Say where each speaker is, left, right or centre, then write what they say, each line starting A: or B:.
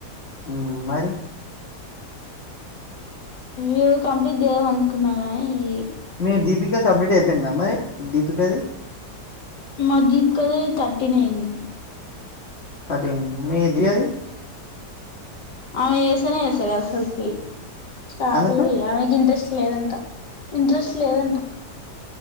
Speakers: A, on the left; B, on the left.
A: హ్మ్ మరి
B: ఇ కంప్లీట్ చేయలేము అన్ కున్నావ ఇ
A: మీ దీపిక కంప్లీట్ అయిపోయింద మరి దీపికది
B: మా దీపికది థర్టీన్ అయింది
A: థర్టీన్ మీ ఏద్దిగది
B: ఆమె ఏసనా ఏసలే అసల్ కి స్టార్ట్
A: ఎందుకు
B: కూడా ఆమె ఇంట్రెస్ట్ లేదంట ఇంట్రెస్ట్ లేదంట